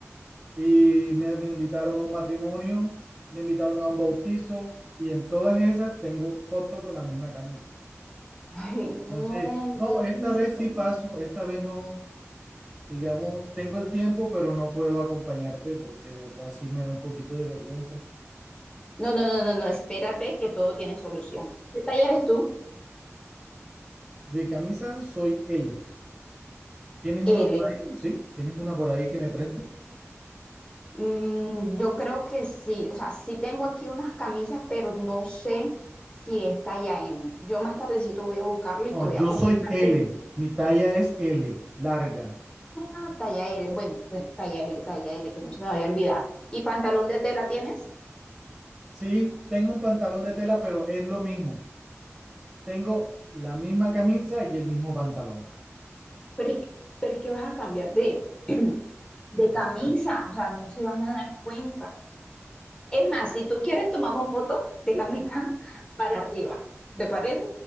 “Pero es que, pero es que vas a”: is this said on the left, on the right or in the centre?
Left